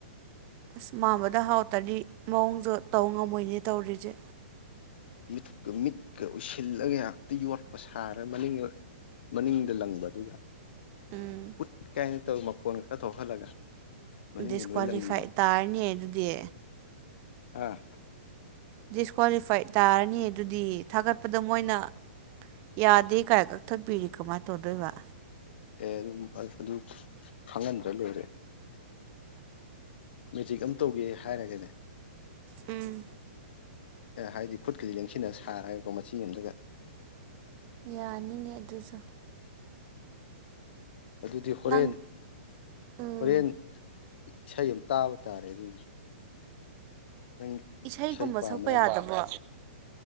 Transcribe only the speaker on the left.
ꯃꯤꯀ ꯃꯤꯠꯀ ꯎꯏꯁꯤꯜꯂꯒ ꯉꯥꯛꯇ ꯌꯣꯠꯄ ꯄꯁꯥꯔ ꯃꯅꯤꯡ ꯃꯅꯤꯡꯗ ꯂꯪꯕ ꯑꯗꯨꯒ
ꯎꯠ ꯀꯥꯏꯅ ꯇꯧ ꯃꯈꯣꯟꯒ ꯈꯔ ꯊꯣꯛꯍꯜꯂꯒ ꯃꯅꯤꯡꯗ
ꯂꯣꯏ ꯂꯪꯈꯤꯕ
ꯑꯥ
ꯑꯦ ꯑꯗꯨꯝ ꯑꯗꯨ ꯈꯪꯍꯟꯗ꯭ꯔ ꯂꯣꯏꯔꯦ ꯃꯦꯖꯤꯛ ꯑꯃ ꯇꯧꯒꯦ ꯍꯥꯏꯔꯒꯅꯦ
ꯍꯥꯏꯗꯤ ꯈꯨꯠꯀꯗꯤ ꯂꯦꯡꯁꯤꯟꯅ ꯁꯥꯔꯒꯀꯣ ꯃꯆꯤ ꯑꯃꯗꯒ
ꯑꯗꯨꯗꯤ ꯍꯣꯔꯦꯟ
ꯍꯣꯔꯦꯟ ꯏꯁꯩ ꯑꯃ ꯇꯥꯕ ꯇꯥꯔꯦ ꯑꯗꯨꯗꯤ ꯅꯪ
ꯢꯁꯩ ꯄꯥꯝ
ꯃꯦ